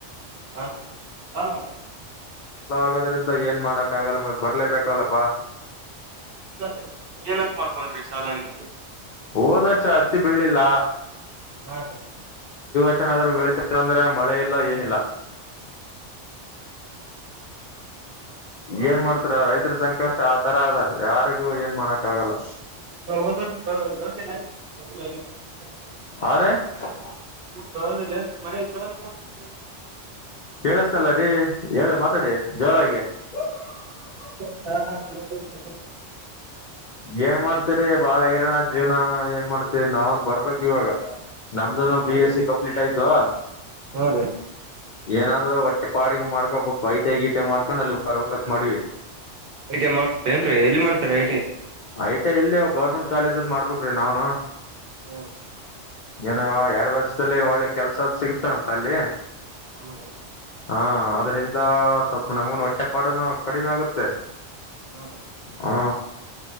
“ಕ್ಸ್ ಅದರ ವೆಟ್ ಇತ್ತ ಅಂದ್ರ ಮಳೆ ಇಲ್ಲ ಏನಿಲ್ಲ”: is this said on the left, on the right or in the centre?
Left